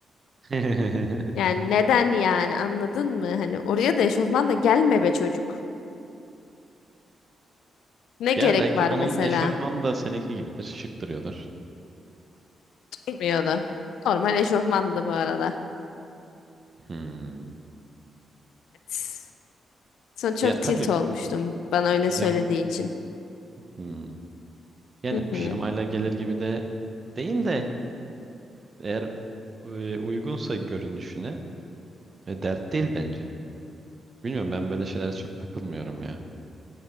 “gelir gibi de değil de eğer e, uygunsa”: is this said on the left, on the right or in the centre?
Right